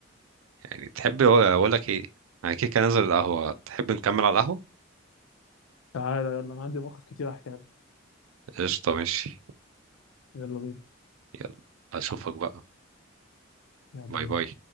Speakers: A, on the right; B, on the left.
A: يعني تحب اقول لك ايه انا كده كده نازل القهوة تحب نكمل على القهوة
B: تعالى يلا انا عندي مواقف كتير احكيها لك
A: قشطة ماشي
B: يلا بينا
A: يلا اشوفك بقى
B: يلا بينا
A: باي باي